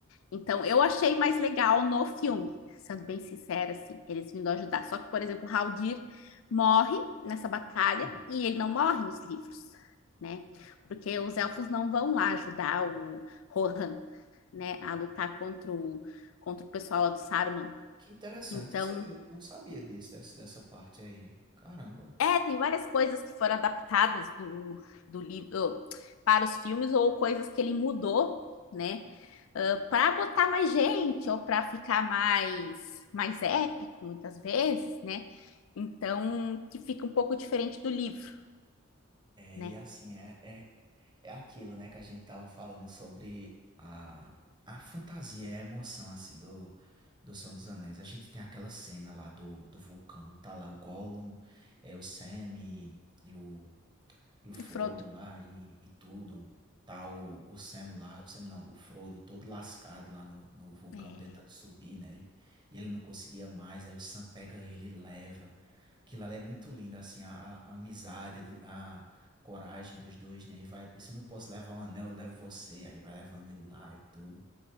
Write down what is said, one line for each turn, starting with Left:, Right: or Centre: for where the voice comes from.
Left: Então, eu achei mais legal no filme, sendo bem sincera, assim, eles vindo ajudar. Só que, por exemplo, o Haldir morre nessa batalha
Right: Hum,
Left: e ele não morre nos livros, né? Porque os elfos não vão lá ajudar o Rohan, né, a lutar contra o, contra o pessoal lá do Saruman.
Right: Que interessante.
Left: Então,
Right: Isso eu eu não sabia disso, dessa, dessa parte aí. Caramba.
Left: É, tem várias coisas que foram adaptadas do, do livro para os filmes ou coisas que ele mudou, né? para botar mais gente ou para ficar mais mais épico muitas vezes, né? Então, que fica um pouco diferente do livro,
Right: É,
Left: né?
Right: e assim, é, é- É aquilo, né, que a gente tava falando sobre a, a fantasia e a emoção, assim, do, do Senhor dos Anéis. A gente tem aquela cena lá do, do vulcão, tá lá o Gollum, é, o Sam e, e o e o Frodo
Left: E Frodo.
Right: lá e, e tudo. Tá o, o Sam lá, o Sam não, o Frodo todo lascado lá no, no vulcão
Left: É,
Right: tentando subir, né? E, e ele não conseguia mais, aí o Sam pega ele e leva. Aquilo lá é muito lindo, assim, a, a- a amizade, a, di- a coragem dos dois, né? E vai, se eu não posso levar o anel, eu levo você, aí vai levando ele lá e tudo.